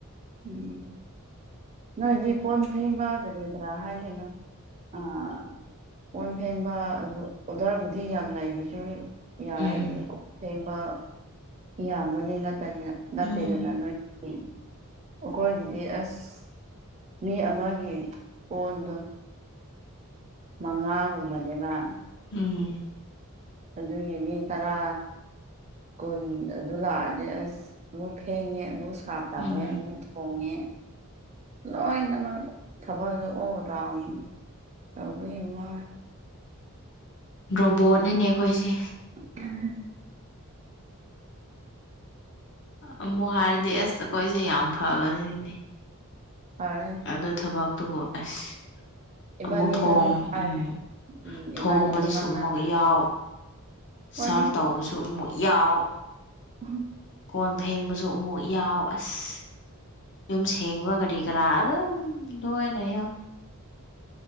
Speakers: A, on the right; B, on the left.
A: ꯎꯝ ꯅꯣꯏꯗꯤ ꯀꯣꯟ ꯐꯦꯡꯕ ꯀꯔꯤ ꯀꯔꯥ ꯍꯥꯏꯗꯅꯣ ꯑꯥ ꯀꯣꯟ ꯐꯦꯡꯕ ꯑꯗꯨ ꯑꯣꯗꯔꯕꯨꯗꯤ ꯌꯥꯝ ꯂꯩꯕꯁꯨ ꯌꯥꯏ
B: ꯎꯝ
A: ꯑꯗꯨ ꯀꯣꯛ ꯊꯦꯡꯕ ꯏꯕꯅꯤꯠꯇꯅꯤ ꯅꯠꯇꯦꯗꯅ
B: ꯎꯝ
A: ꯅꯣꯏ <unintelligible> ꯑꯩꯈꯣꯏꯒꯤꯗꯤ ꯑꯁ ꯃꯤ ꯑꯃꯒꯤ ꯀꯣꯟꯗꯣ ꯃꯉꯥꯒꯨꯝꯕꯅꯦꯕ
B: ꯎꯝ
A: ꯑꯗꯨꯒꯤ ꯃꯤ ꯇꯔꯥ ꯀꯨꯟ ꯑꯗꯨ ꯂꯥꯛꯑꯗꯤ ꯑꯁ ꯑꯃꯨꯛ ꯐꯦꯡꯉꯦ ꯑꯃꯨꯛ ꯁꯥꯔꯞ ꯇꯧꯋꯦ
B: ꯎꯝ
A: ꯑꯃꯨꯛ ꯈꯣꯉꯦ ꯂꯣꯏꯅꯃꯛ ꯊꯕꯛꯒꯗ ꯑꯣ ꯔꯥꯎ ꯇꯥꯎꯕ ꯌꯦꯡ ꯋꯥ
B: ꯔꯣꯕꯣꯠꯅꯅꯦ ꯑꯩꯈꯣꯏꯁꯦ
A: <unintelligible>
B: ꯑꯃꯨꯛ ꯍꯥꯏꯔꯗꯤ ꯑꯁ ꯑꯩꯈꯣꯏꯁꯦ ꯌꯥꯝ ꯐꯕꯅꯤꯅꯦ
A: ꯐꯔꯦ
B: ꯑꯗꯣ ꯊꯕꯛꯇꯨꯕꯨ ꯑꯁ
A: ꯏꯕꯥꯅꯤꯁꯨ
B: ꯑꯃꯨꯛ ꯊꯣꯡ
A: ꯑꯗꯨꯝ ꯐꯥꯔꯦ
B: ꯎꯝ
A: ꯎꯝ
B: ꯊꯣꯡꯕꯗꯨ
A: ꯏꯕꯥꯅꯤꯁꯨ ꯉꯥꯡꯅꯕꯅꯦ
B: ꯁꯨꯃꯨꯛ ꯌꯥꯎ
A: ꯍꯣꯏꯅꯦ
B: ꯁꯥꯔꯐ ꯇꯧꯕꯁꯨ ꯑꯃꯨꯛ ꯌꯥꯎ
A: <unintelligible>
B: ꯀꯣꯟ ꯐꯦꯡꯕꯁꯨ ꯑꯃꯨꯛ ꯌꯥꯎ ꯑꯁ ꯌꯨꯝ ꯁꯦꯡꯕ ꯀꯔꯤ ꯀꯔꯥ ꯑꯗꯨꯝ ꯂꯣꯏꯅꯦ ꯌꯥꯝ